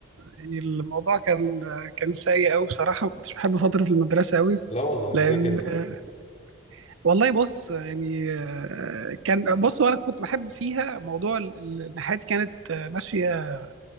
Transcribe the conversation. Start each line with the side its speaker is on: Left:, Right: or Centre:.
Right: يعني الموضوع كان كان سيء أوي بصراحة وكنتش بحب فترة المدرسة أوي
Left: لا والله
Right: لأن
Left: ليه كده
Right: أه والله بص يعني أه كان بص وأنا كنت بحب فيها موضوع ال- ال- إن حياتي كانت أه، ماشية